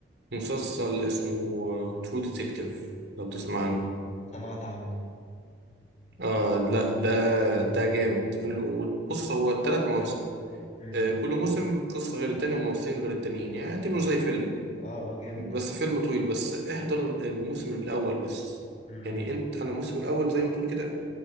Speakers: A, on the right; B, on the left.
A: مسلسل اسمه ترو ديتكتيف لو تسمع عنه
B: سمعت عنه
A: آه لا ده ده جامد بص هو ثلاث مواسم
B: امم
A: آه كل موسم قصة غير التاني وممثلين غير التانيين يعني اعتبره زي فيلم
B: جامد اه اه جامد
A: بس
B: ده
A: فيلم طويل بس احضر الموسم الاول بس
B: امم
A: يعني انت انا الموسم الاول زي ما تقول كده